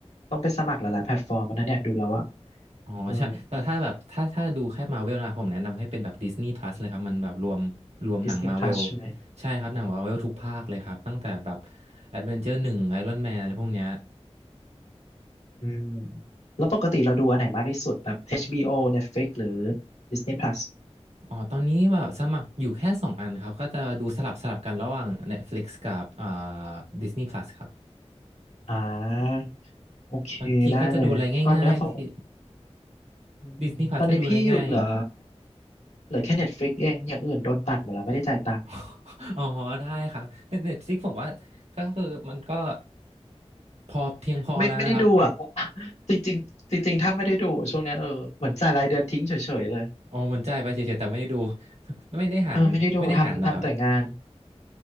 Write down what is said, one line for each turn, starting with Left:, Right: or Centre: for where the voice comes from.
Left: ต้องไปสมัครหลายๆแพลตฟอร์มแล้วนะเนี่ยดูแล้วอะ
Right: อ๋อใช่แต่ถ้าแบบถ้าถ้าดูแค่มาเวลนะผมแนะนำให้เป็นแบบดิสนีย์พลัสเลยครับมันแบบรวมรวมหนังมาเวล
Left: เออ Disney Plus ใช่ไหม
Right: ใช่ครับหนังมาเวลทุกภาคเลยครับตั้งแต่แบบแอดเวนเจอร์หนึ่งไอรอนแมนอะไรพวกเนี้ย
Left: อืมแล้วปกติเราดูอันไหนมากที่สุดแบบ HBO Netflix หรือ Disney Plus
Right: อ๋อตอนนี้แบบสมัครอยู่แค่สองอันครับก็จะดูสลับสลับกันระหว่าง Netflix กับอ่า Disney Plus ครับ
Left: อ่าโอเคได้เลยตอนเนี้ยของ
Right: บางทีก็จะดูอะไรง่ายๆที่
Left: อืมตอนนี้พี่หยุดเหลือ
Right: Disney Plus ก็ดูอะไรง่าย
Left: เหลือแค่ Netflix เองอย่างอื่นโดนตัดหมดแล้วไม่ได้จ่ายตังค์
Right: ๆ <laughs> อ๋อได้ครับแต่ Netflix ผมว่าก็คือมันก็พอเพียงพอแล้วนะครับ
Left: ไม่ไม่ได้ดูอ่ะ <laughs> จริงจริงจริงๆถ้าไม่ได้ดูช่วงเนี้ยเออเหมือนจ่ายรายเดือนทิ้งเฉยๆเลย
Right: อ๋อมันจ่ายไปเฉยๆแต่ไม่ได้ดู <laughs> ไม่ได้หารไม่ได้หารเหรอครับ
Left: เออไม่ได้ดูทำทำแต่งาน